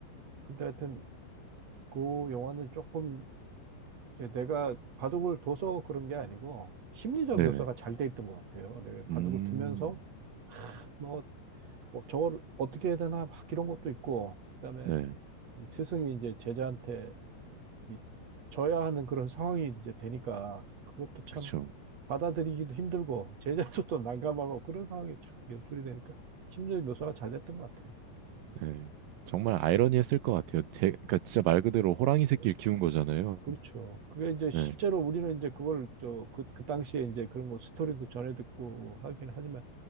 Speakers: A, on the right; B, on the right.
A: 근데 하여튼, 그 영화는 조금, 이제 내가 바둑을 둬서 그런 게 아니고, 심리적
B: 네네.
A: 묘사가 잘 돼 있던 것 같아요. 내가 바둑을
B: 음,
A: 두면서, 뭐, 뭐 저걸 어떻게 해야 되나, 막 이런 것도 있고, 그 다음에
B: 네.
A: 스승이 이제 제자한테 이- 져야 하는 그런 상황이 이제 되니까 그것도 참
B: 그쵸.
A: 받아들이기도 힘들고 <laughs> 제자도 또 난감하고 그런 상황이 참 연출이 되니까 심리적 묘사가 잘 됐던 것 같아요.
B: 네. 정말 아이러니했을 것 같아요. 제, 그러니까 진짜 말 그대로 호랑이 새끼를
A: 예.
B: 키운 거잖아요.
A: 그렇죠. 그게 이제 실제로
B: 네,
A: 우리는 이제 그걸 저 그 그 당시에 이제 그런 거 스토리도 전해 듣고 하긴 하지만